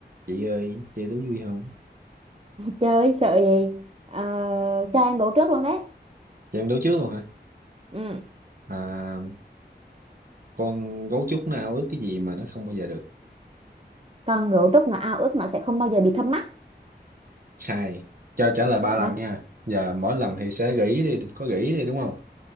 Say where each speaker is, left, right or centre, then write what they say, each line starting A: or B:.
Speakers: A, on the right; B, on the right.
A: chị ơi chơi đố vui không
B: chơi sợ gì Ờ, cho em ngủ trước luôn đấy
A: chị em đố trước luôn hả
B: Ừ.
A: à, con gấu trúc nó ao ước cái gì mà nó không bao giờ được
B: còn ngủ trước nó ao ước nó sẽ không bao giờ bị thâm mắt
A: sai cho trả lời ba lần
B: hả
A: nha giờ mỗi lần thì sẽ gợi ý đi có gợi ý đi đúng không